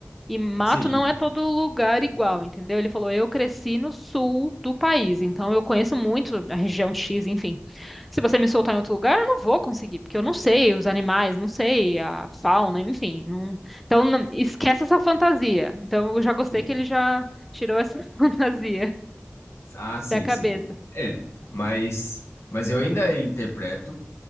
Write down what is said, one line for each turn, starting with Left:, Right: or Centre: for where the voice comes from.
Centre: e mato
Left: Sim,
Centre: não é todo lugar igual, entendeu? Ele falou, eu cresci no sul do país, então eu conheço muito a região X, enfim, se você me soltar em outro lugar, eu não vou conseguir, porque eu não sei os animais, não sei a fauna, enfim.
Left: Uhum.
Centre: não- Então, não- esquece essa fantasia. Então, eu já gostei
Left: sim.
Centre: que ele já tirou essa <laughs> fantasia
Left: Ah, sim,
Centre: da cabeça.
Left: sim. É, mas, mas eu ainda interpreto